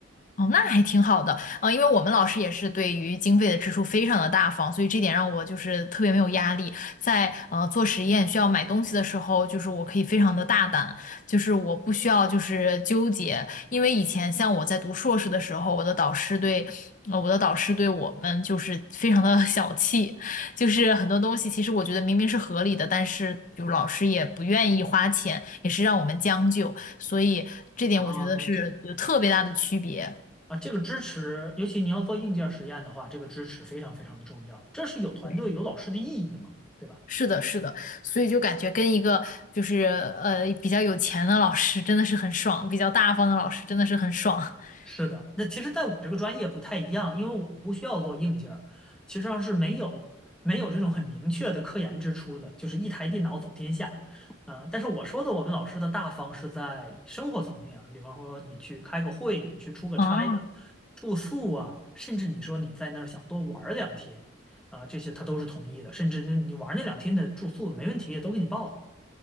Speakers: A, on the left; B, in the centre.
A: 哦，那还挺好的，啊、因为我们老师也是对于经费的支出非常的大方，所以这点让我就是特别没有压力。在呃做实验需要买东西的时候，就是我可以非常的大胆，就是我不需要就是纠结，因为以前像我在读硕士的时候，我的导师对。呃，我的导师对我们就是非常的 <laughs> 小气，就是很多东西其实我觉得明明是合理的，但是就老师也不愿意花钱，也是让我们将就，所以这点我觉得是有特别大的区别。
B: 啊，那这啊，这个支持，尤其你要做硬件实验的话，这个支持非常非常的重要，这是有团队有老师的意义嘛，
A: 对，
B: 对吧？
A: 是的，是的，所以就感觉跟一个就是呃比较有钱的老师真的是很爽，比较大方的老师真的是很爽。<laughs>
B: 是的，那其实在我这个专业不太一样，因为我不需要做硬件儿，其实上是没有没有这种很明确的科研支出的，就是一台电脑走天下。呃，但是我说的我们老师的大方是在生活层面啊，比方说你去开个会，你去出个差的
A: 哦
B: 住宿啊，甚至你说你在那儿想多玩儿两天，啊、这些他都是同意的，甚至你你玩儿那两天的住宿没问题，也都给你报了。